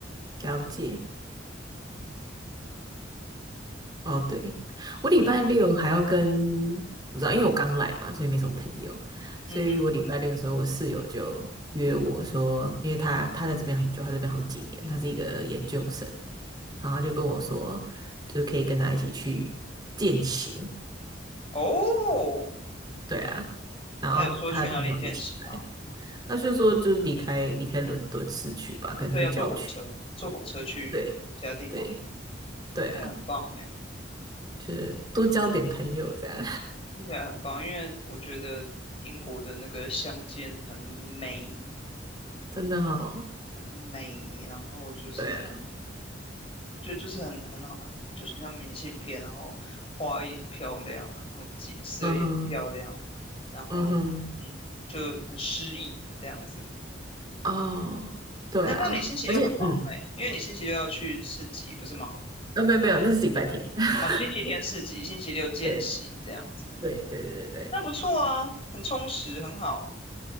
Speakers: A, on the right; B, on the left.
A: 了解。哦，对，我礼拜六还要跟，不知道，因为我刚来嘛，所以没什么朋友，所以我礼拜六的时候，
B: 嗯哼，
A: 我室友就约我说，因为他他在这边很久，他在这边好几年，他是一个研究生，然后他就跟我说，就是可以跟他一起去践行，
B: 哦，
A: 对啊，然后他的朋友一起来，
B: 他有说去哪里健行吗？
A: 他就说就是离开离开伦敦市区吧，可能去郊区，
B: 对，要坐火车，坐火车去其他地方，
A: 对对对啊，
B: 听起来很棒哎，
A: 就是多交点朋友这样，
B: 听起来很棒，因为我觉得英国的那个乡间很美，
A: <laughs> 真的哦，
B: 很美，然后就是很，
A: 对啊。
B: 就就是很很好，很就是很像明信片，然后花也很漂亮，然后景色也很漂亮，
A: 嗯哼，
B: 然后嗯，
A: 嗯哼，
B: 就很诗意这样子。
A: 哦，对啊，
B: 那但你星期六很忙哎，
A: 而且，嗯，
B: 因为你星期六要去市集，不是吗？
A: 啊，没有没有，那是礼拜天。<laughs>
B: 哦，星期天市集，星期六见行这样子。
A: 对对对对对对
B: 那不错啊，很充实，很好。